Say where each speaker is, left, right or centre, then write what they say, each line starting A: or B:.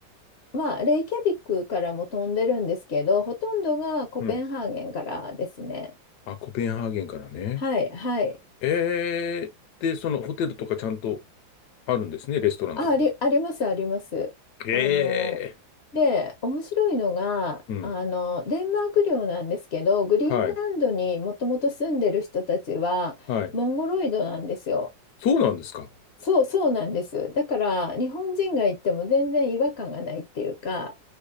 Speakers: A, on the left; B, on the left.
A: まあ、レイキャビックからも飛んでるんですけど、ほとんどがコペンハーゲンからですね。
B: うん。あ、コペンハーゲンからね。
A: はい、はい。
B: えー、で、そのホテルとかちゃんとあるんですね。レストランとかも。
A: あ、あり、あります、あります。
B: ええ
A: あの、で、面白いのが、
B: うん。
A: あの、デンマーク領なんですけど、グリーンランドにもともと住んでる人たちは、
B: はい。はい。
A: モンゴロイドなんですよ。
B: そうなんですか。
A: そう、そうなんです。だから、日本人が行っても全然違和感がないっていうか、